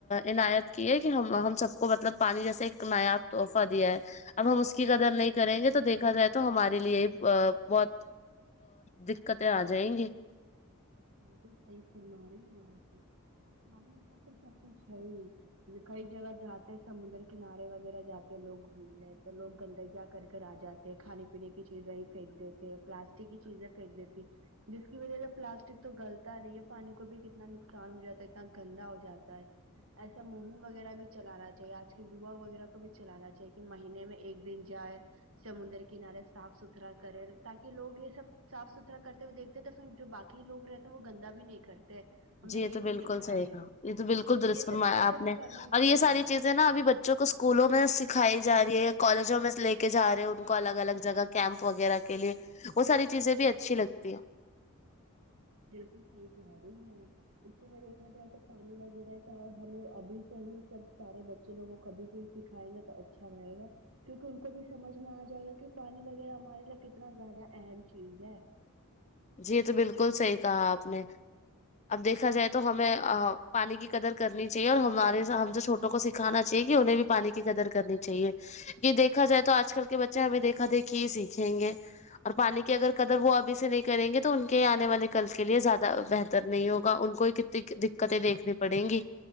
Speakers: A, on the left; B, on the right.
A: عنایت کی ہے کہ ہم ہم سب کو مطلب پانی جیسے ایک نایاب تحفہ دیا ہے اب ہم اس کی قدر نہیں کریں گے تو دیکھا جائے تو ہمارے لیے بہت دقتیں آ جائیں گی
B: بالکل صحی فرما رہی ہے آپ پانی ہے تو سب کچھ ہے ہی کئی جگہ جاتے سمندر کنارے وغیرہ جاتے ہیں لوگ گھومنے تو لوگ گندگیاں کر کر آ جاتے کھانے پینے کی چیزیں ہی پھینک دیتے پلاسٹک کی چیزیں پھینک دیتی جس کی وجہ سے پلاسٹک تو گلتا نہیں ہے پانی کو بھی کتنا نقصان ہو جاتا ہے اتنا گندا ہو جاتا ہے ایسا مہم وغیرہ بھی چلانا چاہیے آج کل یوا وغیرہ کو بھی چلانا چاہے کہ مہینے میں ایک دن جائے سمندر کنارے صاف ستھرا کرے تاکہ لوگ یہ سب صاف ستھرا کرتے ہوئے دیکھتے تو پھر جو باکی لوگ رہتے ہیں وہ گندا بھی نہیں کرتے ہم نے
A: جی یہ تو
B: بھی
A: بالکل
B: دیکھا
A: صحی
B: ہے
A: تھا یہ تو بالکل درست
B: یہ
A: فرمایا
B: سب چیزیں
A: آپ
B: بھی
A: نے
B: کرنی
A: اور
B: چاہیے
A: یہ ساری چیزیں نا ابھی بچوں کو اسکولوں میں سکھائی جای ہے کالجوں میں لے کے جا رہے ہیں ان کو الگ الگ جگہ کیمپ وغیرہ کے لیے وہ ساری چیزیں بھی اچھی لگتی ہے
B: بالکل صحی کہ رہی ہے <inaudible> اسی میں دیکھا جائے تو پانی وغیرہ کا ہمیں ابھی سے ہی سب سارے بچے لوگوں کوبھی سے سکھائیں گے تو اچھا رہے گا کیونکہ ان کو بھی سمجھ میں آ جائے گا کہ پانی وغیرہ ہمارے لیے کتنا زیادہ اہم چیز ہے
A: جی یہ تو بالکل صحی کہا آپ نے اب دیکھا جائے تو ہمیں پانی کی قدر کرنی چاہیے اور ہمارے ہم جو چھوٹے کو سکھانا چاہے کہ انہیں بھی پانی کی قدر کرنی چاہیے کہ
B: بالکل
A: دیکھا جائے تو آج کل کے بچے بچے ہمیں دیکھا دیکھی ہی سیکھیں گے اور پانی کی اگر قدر وہ ابھی سے نہیں کریں گے تو ان کے آنے والے کل کے لیے زیادہ بہتر نہیں ہوگا ان کو کتنی دقتیں دیکھنی پڑیں گی